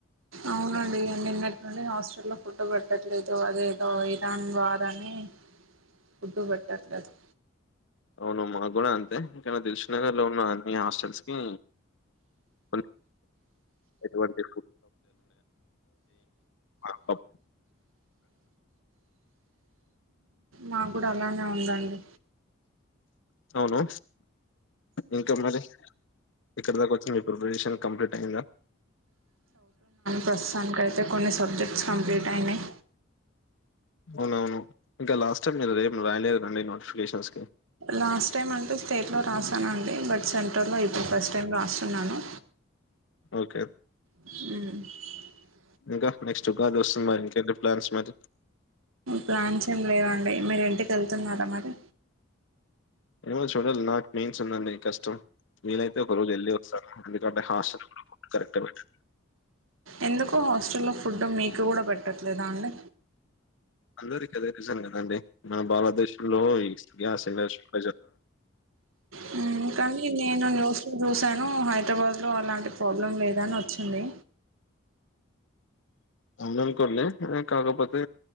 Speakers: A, on the right; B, on the left.
A: అవునండి నిన్నటి నుండి హాస్టల్లో ఫుడ్ పెట్టట్లేదు అదేదో ఇరాన్ వార్ అని ఫుడ్ పెట్టట్లేదు
B: అవును మా గున అంతే కని తెసు నగర్ లో ఉన్న అన్ని హాస్టల్స్కి కొన్ని ఎటువంటి <unintelligible>
A: మా కూడా అలానే ఉందండి
B: అవును ఇంకేం మరి ఎక్కడి దాకా వచ్చి మీ ప్రిపరేషన్ కంప్లీట్ అయిందా
A: ప్రస్తుతానికి అయితే కొన్ని సబ్జెక్ట్స్ కంప్లీట్ అయినాయి
B: అవునవును ఇంకా లాస్ట్ టైం మీరు ఏం రాయలేదు కదా అండి నోటిఫికేషన్స్ కి
A: లాస్ట్ టైం అంటే స్టేట్లో రాసానండి బట్ సెంట్రల్ లో ఇప్పుడు ఫస్ట్ టైం రాస్తున్నాను
B: ఓకే
A: ఉ
B: ఇంకా నెక్స్ట్ ఉగాది వస్తుంది మరి ఇంకేంటి ప్లాన్స్ మరి
A: ప్లాన్స్ ఏమి లేవండి మీరు ఇంటికి వెళ్తున్నారా మరి
B: ఏమో నేను చూడాలా నాకు మెయిన్స్ ఉంది అండి కష్టం నేనైతే ఒకరోజు వెళ్లి వస్తాను ఎందుకంటే హాస్టల్ రూమ్ కరెక్టా
A: ఎందుకు హాస్టల్లో ఫుడ్ మీకు కూడా పెట్టట్లేదా అండి
B: అందరికీ అదే కిచెన్ కదండీ, మన భారతదేశం లో ఈ వి <inaudible>
A: హు కానీ నేను న్యూస్ లో చూసాను హైదరాబాద్ లో అలాంటి ప్రాబ్లం లేదు అని వచ్చింది,
B: అవుననుకోండి కాకపోతే